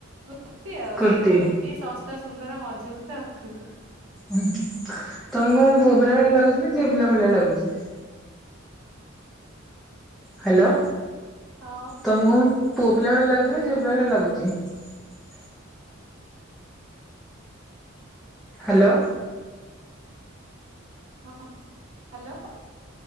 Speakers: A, on the right; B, in the centre.
A: ମତେ ଆଉ
B: କୁର୍ତ୍ତି
A: ସେଇଟ ଗୋଟେସ୍ ତ ସୁନ୍ଦର ମଜବୁତ୍ ଆଉ।
B: ହୁଁ ହ। ତମକୁ ମୁଁ ବବରାଳି ଲାଗୁଛିି? ପ ଭଳିଆ ଲାଗୁଛି। ହ୍ୟାଲୋ
A: ହଁ ହଁ।
B: ତମକୁ ଅ ଭଳିଆ ଲାଗୁଚି ନା ଝିଅ ପିଲା ଭଳିଆ ଲାଗୁଚି? କି ହ୍ୟାଲୋ।
A: ହଁ ହ୍ୟାଲୋ।